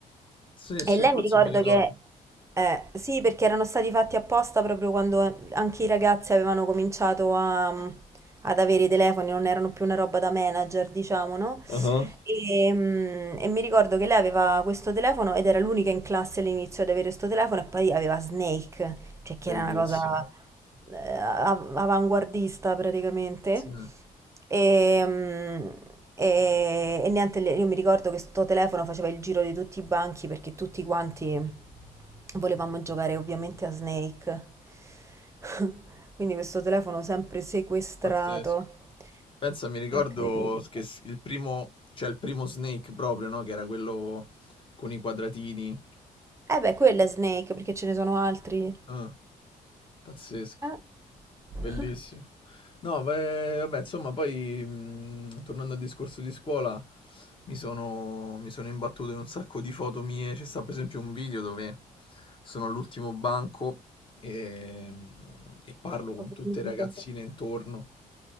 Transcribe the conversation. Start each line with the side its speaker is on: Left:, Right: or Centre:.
Left: sì,
Right: E
Left: sì,
Right: lei
Left: forse
Right: mi ricordo
Left: mi ricordo.
Right: che, eh, sì, perché erano stati fatti apposta proprio quando anche i ragazzi avevano cominciato a- mm, ad avere i telefoni, non erano più una roba da manager, diciamo, no?
Left: Ah.
Right: E, mm, e mi ricordo che lei aveva questo telefono ed era l'unica in classe all'inizio ad avere questo telefono e poi aveva Snake, cioè che
Left: Bellissimo.
Right: era una cosa eh, av- avanguardista praticamente.
Left: Sì,
Right: E, mm, e- e niente, le- io mi ricordo che sto telefono faceva il giro di tutti i banchi perché tutti quanti volevamo giocare ovviamente a Snake. <laughs> Quindi questo telefono sempre sequestrato.
Left: pazzesco. Pensa, mi ricordo
Right: È Incredibile.
Left: che s- il primo, cioè il primo Snake proprio, no? Che era quello con i quadratini.
Right: Eh beh, quello è Snake perché ce ne sono altri.
Left: Ah, pazzesco.
Right: Eh?
Left: Bellissimo.
Right: <laughs>
Left: No, beh, vabbè, insomma, poi mh, tornando al discorso di scuola, mi sono, mi sono imbattuto in un sacco di foto mie. C'è sta per esempio un video dove sono all'ultimo banco e, mhmm, e parlo con
Right: Ovviamente.
Left: tutte le ragazzine intorno